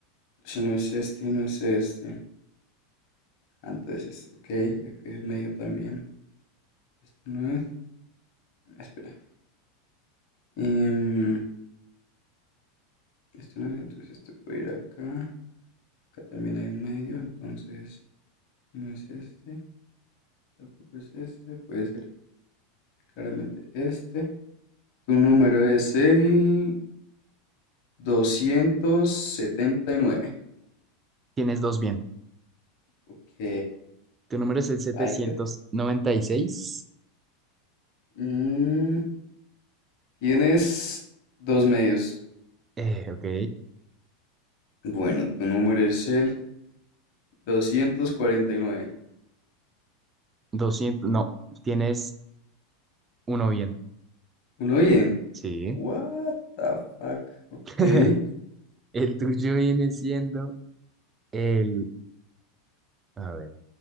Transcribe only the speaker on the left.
si no es este y no es este. Ah, Entonces, es- ok, y acá es medio también. Este no es. ah, Espera. Em, este no es, entonces este puede ir acá. Acá también hay un medio, entonces si no es este. Tampoco es este. Puede ser claramente este. Tu número es el doscientos setenta y nueve
Ok,
like it.
Mm, tienes dos medios.
Bueno, tu número es el doscientos cuarenta y nueve
Uno bien.
What the fuck. Ok.